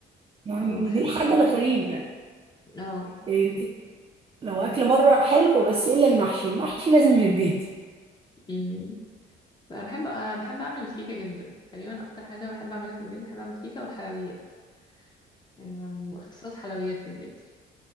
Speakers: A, on the right (about 25°); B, on the left (about 20°).
A: يعني
B: اه بحب
A: دي الحاجه
B: كده برضه
A: الغريبه
B: اه
A: انت لو اكل بره حلو بس ايه الا المحشي المحشي لازم من البيت
B: أمم. انا بحب أنا بحب اعمل الكيكه جدا تقريبا اكتر حاجه بحب اعملها في البيت بحب اعمل كيكه والحلويات أمم، اختصاص حلويات في البيت